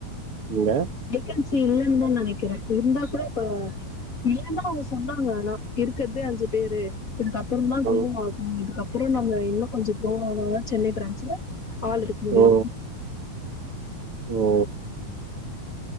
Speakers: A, on the right (about 45°); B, on the left (about 30°).
A: இங்க
B: வேகன்சி இல்லன்னுதா நெனைக்கிறே இருந்தா கூட இப்ப இல்லன்தா அவங்க சொன்னாங்க ஆனா இருக்குறதே அஞ்சு பேரு இதுக்கப்புறந்தா குரோ
A: ம்
B: ஆகு ஆ இதுக்கப்பறோ நம்ம இன்னு கொஞ்சோ குரோவ் ஆனாதா சென்னை பிராஞ்சுல ஆள் எடுக்க முடியு
A: ஓ ஓ